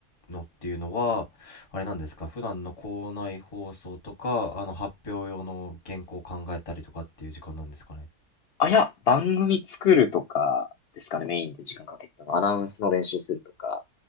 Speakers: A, on the left (about 25°); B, on the left (about 70°).
A: のっていうのは、あれなんですか、普段の校内放送とか、あの発表用の原稿を考えたりとかっていう時間なんですかね。
B: あ、いや、番組作るとかですかね、メインで時間かけてたの。アナウンスの練習するとか。